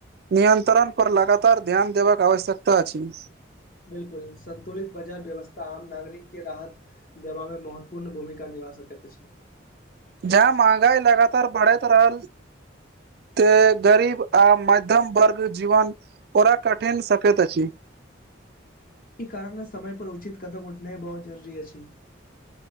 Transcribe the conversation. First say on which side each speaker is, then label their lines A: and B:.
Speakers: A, on the right; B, on the left.
A: नियन्त्रण पर लगातार ध्यान देबाक आवश्यकता अछि
B: बिलकुल संतुलित बाजार व्यवस्था आम नागरिक के राहत देबा मे महत्वपूर्ण भूमिका निभा सकैत अछि
A: जहाँ महंगाई लगातार बढ़ैत रहल तऽ गरीब आ मध्यम वर्ग जीवन ओकरा कठिन सकैत अछि
B: ई कारण ने समय पर उचित कदम उठना बहुत जरूरी अछि